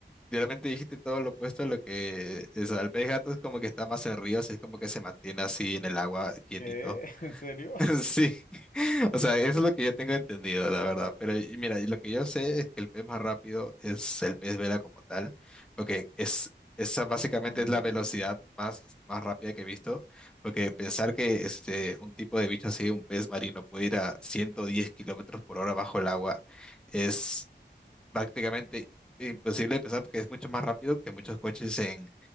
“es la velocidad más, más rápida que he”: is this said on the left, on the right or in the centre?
Centre